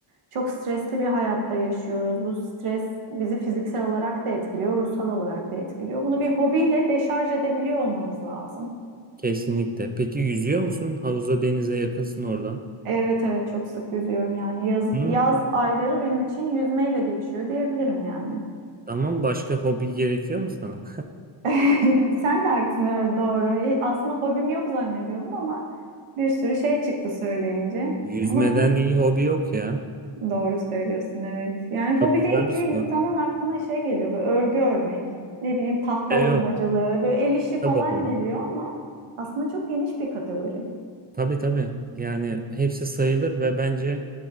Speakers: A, on the right; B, on the right.
A: Çok stresli bir hayatta yaşıyoruz. Bu stres bizi fiziksel olarak da etkiliyor, ruhsal olarak da etkiliyor. Bunu bir hobiyle deşarj edebiliyor olmamız lazım.
B: Kesinlikle. Peki yüzüyor musun? Havuza denize yakınsın oradan.
A: Evet evet çok sık yüzüyorum yani yaz,
B: Hı.
A: yaz ayları benim için yüzmeyle geçiyor diyebilirim yani.
B: Tamam başka hobi gerekiyor mu sana?
A: <laughs> Sen de haklısın evet doğru. E, Aslında hobim yok zannediyordum ama bir sürü şey çıktı söyleyince.
B: <laughs> Yüzmeden
A: Ama
B: iyi hobi yok ya.
A: doğru söylüyorsun evet. Yani
B: Çok
A: hobi
B: güzel
A: deyince
B: bir spor.
A: insanın aklına şey geliyor böyle örgü örmek, ne bileyim tahta
B: Evet.
A: oymacılığı, böyle el işi falan
B: Kitap okumak.
A: geliyor ama aslında çok geniş bir kategori.
B: Tabii tabii. Yani hepsi sayılır ve bence